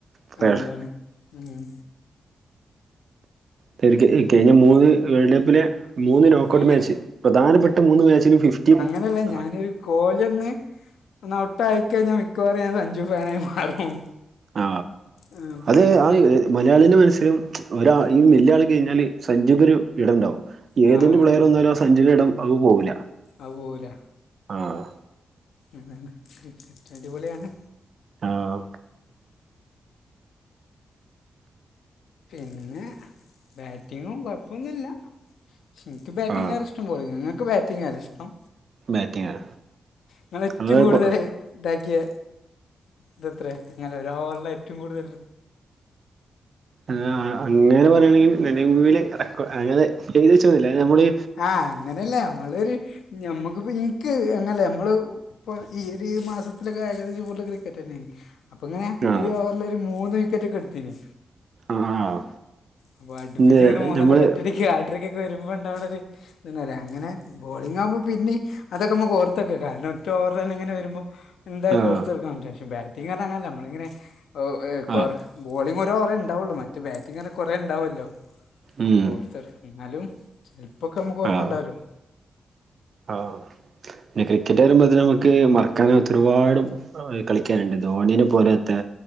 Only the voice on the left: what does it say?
അതാണ് ഉം.
അതന്നെ
അ
ഞാനൊരു കോലെ ന്ന് ന്ന്‌ ഔട്ടായിക്കഴിഞ്ഞാൽ മിക്കവാറും ഞാൻ സഞ്ജു ഫാനായി മാറും
ആ, പ-
ഉം,
ഉം.
ആ
ഉണ്ട്
അപോവൂല
അതാണ് ക്രിക്കറ്റ് അടിപൊ ളി യാണ്
പിന്നെ ബാറ്റിങ്ങും കുഴപ്പൊന്നുല്ല എനിക്ക് ബാറ്റിംങ്
നേരെ ഇഷ്ട പോളിങ്ങ് ഇ ങ്ങക്ക് ബാറ്റിംങ്ങ ഇഷ്ടം
നിങ്ങ ഏറ്റവും
കൂടുതല്
ഇതാക്കിയ ഇതെത്ര ഇങ്ങനെ ഒരു അവറില ഏറ്റവും കൂടുതൽ
ആ അങ്ങനെല്ല നമ്മളൊരു ഞമ്മക്കിപ്പോ എയ്ക്ക് അങ്ങല്ലെ നമ്മള് ഇപ്പൊ ഈയൊരു മാസത്തിലൊക്കെ ഏകദേശം പോലുള്ള ക്രിക്കറ്റന്നെല്ലെ അപ്പങ്ങനെ
ഒരു ഓവറ്ലൊരു മൂന്ന് വിക്കറ്റൊക്കെ എടുത്തിനി
അപ്പൊ അടുപ്പിച്ച്
ഇങ്ങനെ മൂന്നണ്ണൊക്ക
ഒറ്റടിക്ക് ആട്ട്രിക്കൊക്കെ വരുമ്പോ ഇണ്ടവിടെ ഒരു <unintelligible> അങ്ങനെ ബോളിങ്ങാവുമ്പോ പിന്നെ അതൊക്കെമുക്കോർത്തൊക്കെകാ നൊറ്റൊർലൈനങ്ങനെ വരുമ്പോ ന്തായാലും
ഓർത്തറക്കാൻ പറ്റും ബാറ്റിങ്ങ <unintelligible> നമ്മള ഇങ്ങനെ ഒ ഏ <unintelligible>
ബോളിങൊരോവറേണ്ടാവുള്ളൂ മറ്റ് ബാറ്റിങ്ങർനാ കൊറേ എണ്ടാവോല്ലോ
ഓർത്തെർ ന്നാലും പ്പൊക്കെ മ്മക്ക് ഓർമ്മണ്ടാവല്ലോ